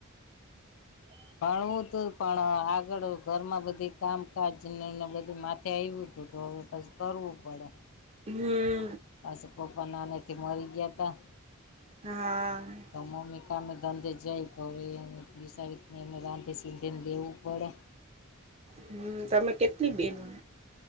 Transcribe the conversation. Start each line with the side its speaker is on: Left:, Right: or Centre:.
Right: <inaudible>
Left: ભણવું તું, પણ આગળ ઘરમાં બધી કામકાજ ને એને બધી માથ થે આયવુ તું તો હવે પછી કરવું પડે.
Right: હમ્મ.
Left: પાસું પપ્પા નાનેથી મરી ગિયા તા.
Right: હા.
Left: તો મમ્મી કામે ધંધે જાય, તો હવે એને <unintelligible> રાંધી સીંધીને દેવું પડે.
Right: હમ્મ. તમે કેટલી બહેનું?